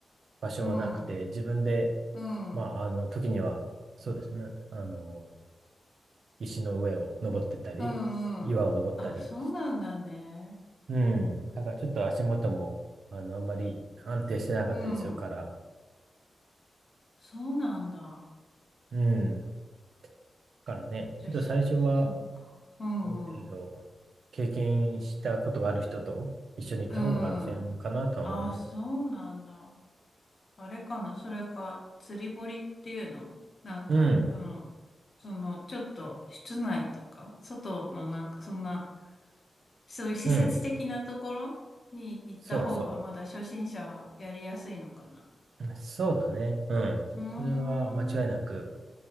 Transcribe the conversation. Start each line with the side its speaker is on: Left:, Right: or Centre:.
Right: 場所はなくて、
Left: うん、う
Right: 自分で、
Left: ん、
Right: まあ、
Left: うん、
Right: あの、時には、そうですね。あの、石の上を登ってったり、
Left: うん。
Right: 岩を登ったり。
Left: あ、そうなんだね。
Right: うん。だからちょっと足元も、あの、あんまり安定してなかったりするから、
Left: うん、そうなんだ。
Right: うん。だからね、
Left: じゃあ、
Right: ちょっと最初は、
Left: しそうか。うん、
Right: ある程度、
Left: うん、
Right: 経験したことがある人と一緒に行った方が安全かなとは思うね。
Left: うん。あ、そうなんだ。あれかな、それか、釣り堀っていうのなんか、
Right: うん、
Left: あの、その、ちょっと、室内とか、外のなんか、そんな、そういう施設的なところに行った方がまだ初心者はやりやすいのかな。
Right: うん、そうそう。そうだね。うん。
Left: うーん。
Right: それは間違いなく